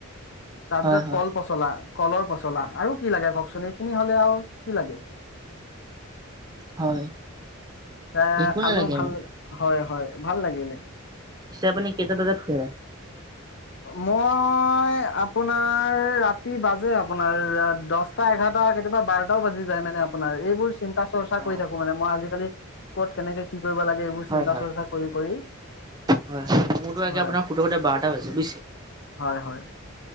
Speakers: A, on the left (about 60°); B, on the right (about 20°).
A: তাৰপিছত
B: হয় হয়
A: কল পচলা। কলৰ পচলা আৰু কি লাগে কওকচোন এইখিনি হলে আৰু কি লাগে।
B: হয়।
A: এ
B: একো
A: খালো
B: নালাগে
A: ভাল
B: আৰু
A: হয় হয় ভাল লাগিলে।
B: পিছে আপুনি কেইটা বজাত ৰাতি।
A: মই। আপোনাৰ ৰাতি বাজে আপোনাৰ দহটা এঘাৰটা কেতিয়াবা বাৰটাও বাজি যায় মানে। আপোনাৰ এইবোৰ চিন্তা চৰ্চা
B: অ
A: কৰি থাকো মানে মই আজি কালি ক'ত। কেনে কি! কৰিব লাগে এইবোৰ
B: হয়,
A: চিন্তা
B: হয়,
A: চৰ্চা কৰি কৰি
B: হয়, হয় মোৰতো
A: হয়
B: আপোনাৰ সোধৰ সতে বাৰটা হৈছে।
A: হয় হয়।